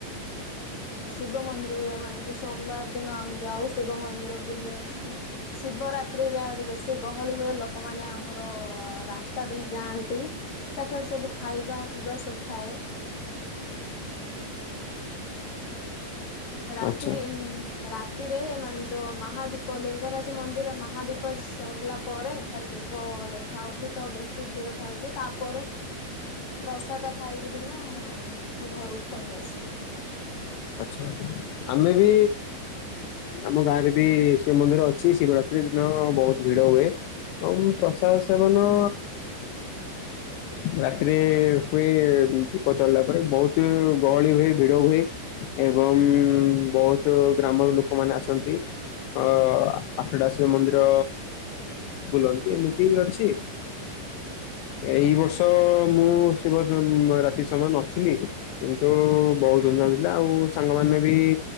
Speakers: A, on the left (about 45°); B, on the left (about 85°).
A: ଶିବ ମନ୍ଦିର ମାନିଚୁ ସୋମବାର ଦିନ ଆମେ ଯାଉ ଶିବ ମନ୍ଦିର ବୁଲି ଆସୁ। ଶିବରାତ୍ରିରେ ଆହୁରି ବେଶୀ ଗହଳି ହୁଏ। ଲୋକମାନେ ଆମର ରାସ୍ତା ଦେଇ ଯାଆନ୍ତି। ସେଠାରୁ ସବୁ ଖାଇବା ପିଇବା ସବୁ ଥାଏ। ରାତି
B: ଆଚ୍ଛା ଆଚ୍ଛା
A: ଉଁ। ରାତିରେ ମାନେ ଯୋଉ ମାହାଦୀପ ଲିଙ୍ଗରାଜ ମନ୍ଦିର ମାହାଦୀପ ସରିଲା ପରେ ଠାରେ ଦୀପ ପ ଦେଖା ହୋଉଚି ତ ବେଶୀ ଭିଡ ଥାଉଚି ତାପରେ ପ୍ରସାଦ ଖାଇକିରି ନା ଘରକୁ ପଳି ଆସୁ।
B: ଆଛା ଆଛା ଆମେ ବି ଆମ ଗାଁ ରେ ବି ଶିବ ମନ୍ଦିର ଅଛି ଶିବରାତ୍ରି ଦିନ ବୋହୁତ ଭିଡ ହୁଏ। ହଉମ୍ ପ୍ରସାଦ ସେବନ
A: <inaudible>
B: ରାତିରେ ହୁଏ ଦୀପ ଜଳିଲା ପରେ ବୋହୁତ ଗହଳି ହୁଏ ଭିଡ ହୁଏ। ଏବଂ ବୋହୁତ ଗ୍ରାମର ଲୋକମାନେ ଆସନ୍ତି। ଅ ଆଠଟା ଶିବ ମନ୍ଦିର ବୁଲନ୍ତି ଏମିତି ଅଛି। ଏଇ ବର୍ଷ ମୁଁ ଶିବ ରାତି ସମୟ ନଥିଲି। କିନ୍ତୁ ବୋହୁତ ଧୂମଧାମ ହେଇଥିଲା ଆଉ ସାଙ୍ଗମାନେ ବି